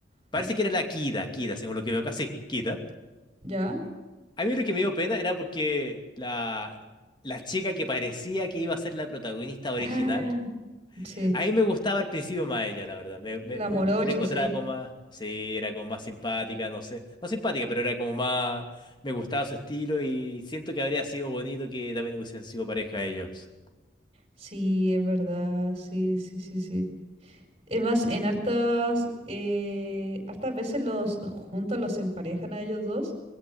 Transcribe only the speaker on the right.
eh,
¿ya?
Ah, sí.
La
morocha,
sí.
Sí, es verdad. Sí, sí, sí, sí. Es más, en hartas, eh, hartas veces los juntan, los emparejan a ellos dos.